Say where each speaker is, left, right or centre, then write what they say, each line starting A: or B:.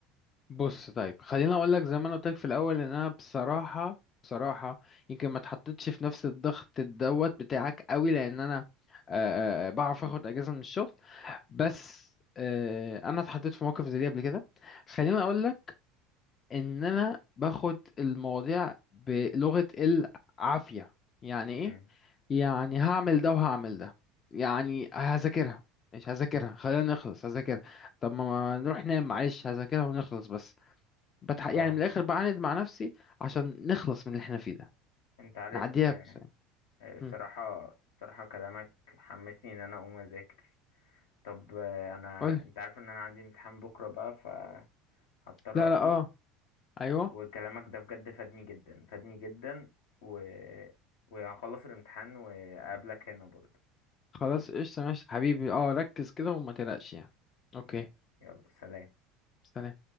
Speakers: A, on the left; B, on the left.
A: بص طيب خليني اقول لك زي ما انا قلت لك في الاول ان انا بصراحه بصراحه يمكن ما اتحطيتش في نفس الضغط دوت بتاعك قوي لان انا آه، آه، آه، بعرف اخد اجازه من الشغل بس آه، انا اتحطيت في موقف زي دي قبل كده خليني اقول لك ان انا باخد المواضيع بلغة العافية يعني
B: امم
A: ايه يعني هعمل ده وهعمل ده يعني هذاكرها مش هذاكرها خلينا نخلص هذاكرها طب ما ما نروح ننام معلش هذاكرها ونخلص بس بتح... يعني
B: اه
A: من الاخر بعاند مع نفسي عشان نخلص من اللي احنا فيه ده
B: انت عارف
A: نعديها
B: آه،
A: بس يعني
B: الصراحة الصراحة كلامك حمسني ان انا اقوم اذاكر طب آه، انا
A: قول
B: انت عارف ان انا عندي امتحان بكرة بقى فهضطر
A: لا
B: اقوم
A: لا اه ايوه
B: وكلامك ده بجد فادني جدا فادني جدا و... وهخلص الامتحان وأقابلك هنا برضو
A: خلاص قشطة ماشي حبيبي اه ركز كده وما تقلقش يعني اوكي
B: ماشي يلا سلام
A: سلام